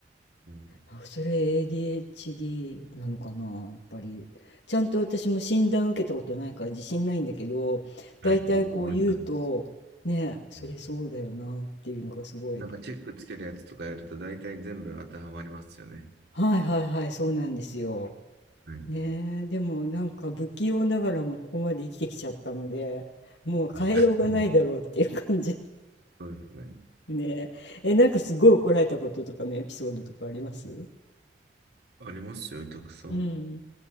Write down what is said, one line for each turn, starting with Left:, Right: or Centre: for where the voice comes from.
Right: うん。
Left: あそれ ADHD なのかな、やっぱり。ちゃんと私も診断受けたことないから自信ないんだけど、だいたいこう言うと、
Right: はい、僕も一緒です。
Left: ね、それそうだよなっていうのがすごい。
Right: うんなんかチェックつけるやつとかやると大体全部当てはまりますよね。
Left: はいはいはい、そうなんですよ。
Right: はい。
Left: ねえ、でもなんか不器用ながらもここまで生きてきちゃったので、もう変えようがないだろうっていう感じ。
Right: うん <laughs> そうですね。
Left: ねえ、え、なんかすごい怒られたこととかのエピソードとかあります
Right: ありますよ、たくさん。
Left: うん。